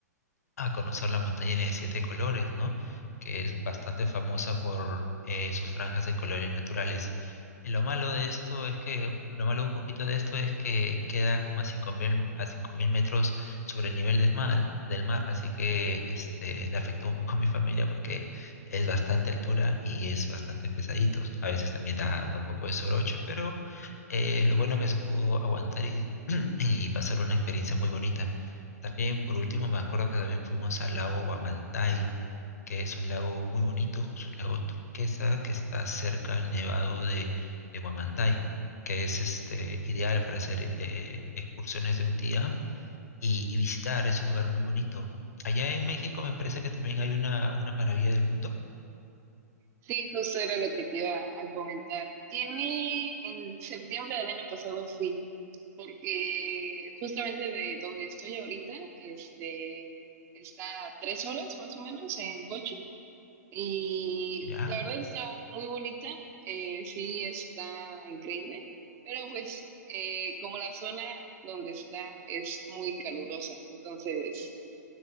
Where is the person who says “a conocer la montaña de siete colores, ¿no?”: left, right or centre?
Left